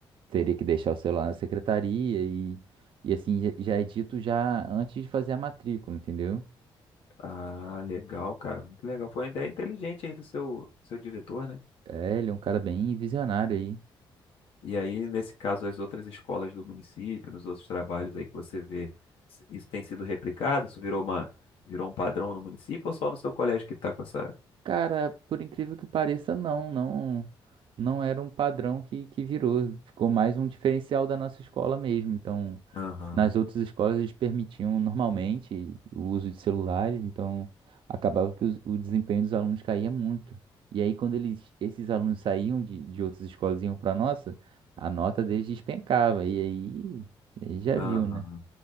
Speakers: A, on the right; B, on the left.
A: teria que deixar o celular na secretaria e, e assim, já já é dito já antes de fazer a matrícula, entendeu?
B: Ah, legal, cara. Muito legal. Foi uma ideia inteligente aí do seu, seu diretor, né?
A: É, ele é um cara bem visionário aí.
B: E aí, nesse caso, as outras escolas do município, nos outros trabalhos aí que você vê, s- isso tem sido replicado? Isso virou uma, virou um padrão no município ou só no seu colégio que está com essa.
A: Cara, por incrível que pareça, não, não, não era um padrão que, que virou. Ficou mais um diferencial da nossa escola mesmo. Então,
B: Aham,
A: nas outras escolas eles permitiam normalmente o uso de celulares, então acabava que os- o desempenho dos alunos caía muito. E aí, quando eles, esses alunos saíam de, de outras escolas e iam para nossa, a nota deles despencava. E aí, e aí já
B: aham,
A: viu, né?